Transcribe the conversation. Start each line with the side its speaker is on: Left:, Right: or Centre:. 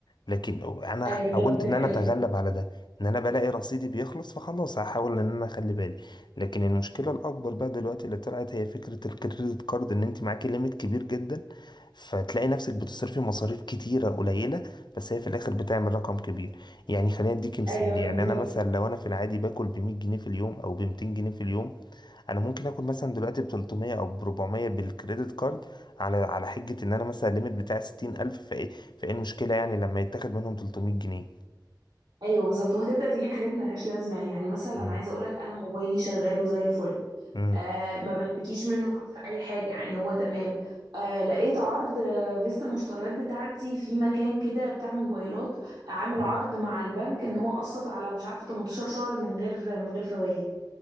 Left: لكن انا
Right: ايوه بالظبط
Left: حاولت
Right: دي
Left: ان
Right: حقيقة
Left: انا اتغلب على ده ان انا بلاقي رصيدي بيخلص فخلاص هحاول ان انا اخلي بالي لكن المشكله الاكبر بقى دلوقتي اللي طلعت هي فكره الكريدت كارد ان انت معاكي ليميت كبير جدا فتلاقي نفسك بتصرفي مصاريف كتيره قليله بس هي في الاخر بتعمل رقم كبير يعني خليني اديكي مثال
Right: ايوه
Left: يعني
Right: بالظبط
Left: انا مثلا لو انا في العادي باكل ب 100 جنيه في اليوم او ب 200 جنيه في اليوم انا ممكن اخد مثلا دلوقتي ب 300 او ب 400 بالكريدت كارد على على حجة ان انا مثلا الليميت بتاعي 60000 فايه فايه المشكلة يعني لما يتاخد منهم 300 جنيه
Right: ايوه بالظبط وهتبدا تجيب حاجات ملهاش لازمه يعني مثلا
Left: مم.
Right: عايزه اقولك انا موبايلي شغال وزي الفل
Left: مم.
Right: آه ما بشتكيش منه في اي حاجه يعني هو تمام آه لقيت عرض آه فيست المشتريات بتاعتي في مكان كده بتاع موبايلات عامل
Left: مم.
Right: عرض مع البنك ان هو قسط على مش عارفه 18 شهر من غير من غير فوائد